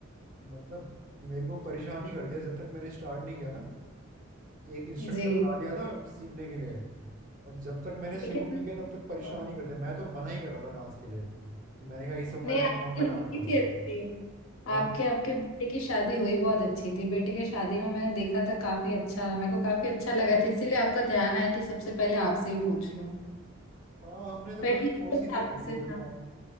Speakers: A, on the right (about 40°); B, on the left (about 90°).
A: मतलब मेरे को परेशान ही कर दिया जब तक मैंने स्टार्ट नहीं किया ना एक इंस्ट्रक्टर
B: जी
A: बुला दिया था सीखने के लिए और जब तक मैंने
B: लेकिन
A: शुरू नहीं किया तब
B: अ,
A: तक परेशान ही कर दिया मैं तो मना ही कर रहा था डांस के लिए कि मैंने कहा इस उम्र
B: नहीं
A: में
B: आपकी
A: कौन सा
B: हुई
A: डांस होगा
B: थी अच्छी
A: हाँ
B: आपके
A: जी
B: आपके बेटे की शादी हुई बहुत अच्छी थी बेटे की शादी में मैंने देखा था काफी अच्छा मेरे को काफी अच्छा लगा था इसीलिए आपका ध्यान आया कि सबसे पहले आपसे ही पूछ लूं
A: हाँ हमने तो
B: पर
A: बस
B: ठीक
A: कोशिश
B: है तो
A: ही
B: आप
A: की
B: इसे
A: थी थोड़ी
B: हाँ
A: बहुत